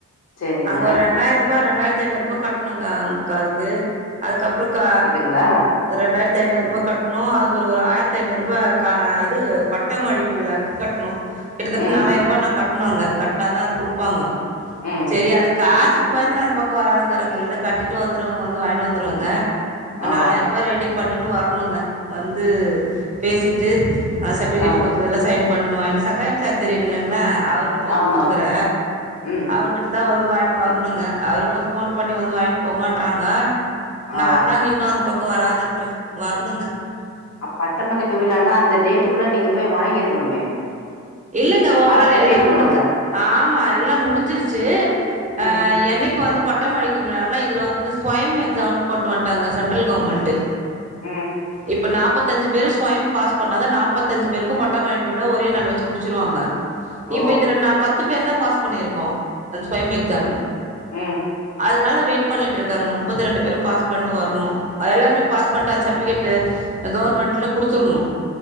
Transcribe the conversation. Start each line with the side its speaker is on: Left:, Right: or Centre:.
Left: சரிங்க
Right: அங்க ஒரு ரெண்டாயர்பா ரெண்டாயிரத் ஐநூற்ரூபா கட்டணுங்க அங் அதுக்கு அதுக்கப்றோ க
Left: ங்ளா
Right: ரெண்டாயிரத்தி ஐநூற்பா கட்ணு அது போற ஒரு ஆயிரத்தி ஐநூற்பா க இது பட்டமளிப்பு விழாவுக்கு கட்ணு கிட்டத்தட்ட
Left: ம்
Right: நாலாயிர்பா நாங் கட்ணு அங்க கட்னாதா அது குடுப்பாங்க
Left: ம்
Right: செரி அது காசுக் க்கு பயந்து நா அந்த பக்கோ வராதுக்கிறங்க இல்லனா கட்டிட்டு வந்துருவங்க வந்து வாங்கினு வந்துருவங்க
Left: ஓ
Right: நாலாயிர்பா ரெடி பண்ணினு வரணுங்க வந்து பேசிட்டு அந்த சர்டிஃபிகேட்
Left: ஆ
Right: குடுத்ததுல சைன் பண்ணு வாங்ட்டு சகாயம் சார் தெரியுங்ளங்ளா அவுரு க்ட்டதா
Left: ஆமா
Right: குடுத்துட்டுக்ற
Left: ம்
Right: அவுரு கிட்ட தா வந்து வாங்கினு வரணுங்க அவுரு இன்னு ஃபோன் பண்ணி வந்து வாங்ன் போங்கன்றாங்க நா
Left: ஆ
Right: தாங்க இன்னு அந்த பக்கோ வராது இருக்றே வரணுங்க
Left: அ பட்டமளிப்பு விழானா அந்த டேட்டுக்குள்ள நீங்க போய் வாங்கிருக்கணுமே
Right: இல்லங்க ஓவரால்
Left: காசு கட்டிருக்கணும்ல
Right: எல்லா முடுஞ்சு ஆமா எல்லா முடுஞ்சிருச்சு அ
Left: ம்
Right: என்னைக்கு வந்து பட்டம் அளிக்கும் விழாவ்ல இதுல வந்து சொயம் எக்ஸாம் கொண்டு வன் ட்டாங்க சென்ட்ரல் கவர்மெண்ட்டு
Left: ம்
Right: இப்ப நாப்பத்தஞ்சு பேரு சொயம் பாஸ் பண்ணாத நாப்பந்தஞ்சு பேருக்கு பட்டமளிப்பு விழா ஒரே நாள் வச்சு முடு ச்சுருவாங்க
Left: ஓ
Right: இப்ப இதுல நா பத்து பேர் தா பாஸ் பண்ணி இருக்கோ அந் சொயம் எக்ஸாம்மு
Left: ம்
Right: அதனால வெயிட் பண்ணிட்டு இருக்காங்க முப்பத்தி ரெண்டு பேரு பாஸ் பண்ட்டு வர்ணு அது எல்லாருமே பாஸ் பண்ட்டா அந்த சர்டிஃபிகேட்டு கவர்மெண்ட்ல குடுத்துர்ணு